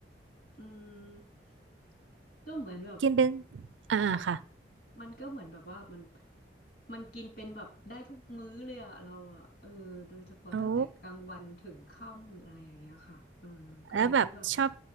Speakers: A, on the left; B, on the right.
A: อืมก็เหมือนแบบ
B: กินเป็นอ่าค่ะ
A: ค่ะมันก็เหมือนแบบว่ามันมันกินเป็นแบบได้ทุกมื้อเลยอะเราอะเออโดยเฉพาะตั้งแต่กลางวันถึงค่ำอะไรอย่างเงี้ยค่ะเออก็เลยคิดว่า
B: โอ้แล้วแบบชอบ